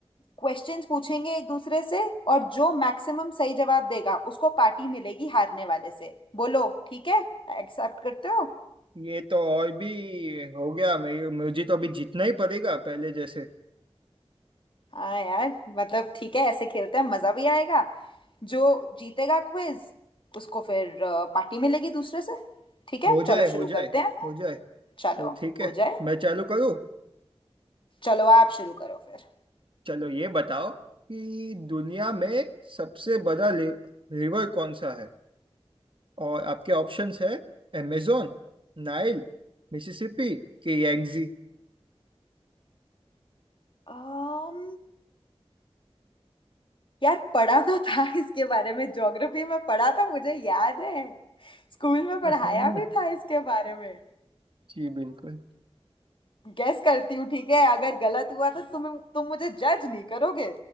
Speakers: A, on the left (about 50°); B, on the right (about 55°).
A: क्वेश्चंस पूछेंगे एक दूसरे से और जो मैक्सिमम सही जवाब देगा उसको पार्टी मिलेगी हारने वाले से बोलो ठीक है एक्सेप्ट करते हो
B: ये तो और भी हो गया मेरे मुझे तो अभी जीतना ही पड़ेगा पहले जैसे
A: हाँ यार मतलब ठीक है ऐसे खेलते हैं मजा भी आएगा जो जीतेगा क्विज उसको फिर अ, पार्टी मिलेगी दूसरे से ठीक है
B: हो जाए
A: चलो शुरू
B: हो जाए
A: करते हैं
B: हो जाए तो
A: चलो
B: ठीक है
A: हो जाए
B: मैं चालू करूँ
A: चलो आप शुरू करो फिर
B: चलो ये बताओ कि दुनिया में सबसे बड़ा रिवर कौन सा है और आपके ऑप्शंस है अमेजोन नाइल मिसिसिपी कि यांगजी
A: um, यार पढ़ा तो था इसके बारे में ज्योग्राफी में पढ़ा था मुझे याद है स्कूल में पढ़ाया
B: हम्म,
A: भी था इसके बारे में
B: जी बिल्कुल
A: गेस करती हूँ ठीक है अगर गलत हुआ तो तुम तुम मुझे जज नहीं करोगे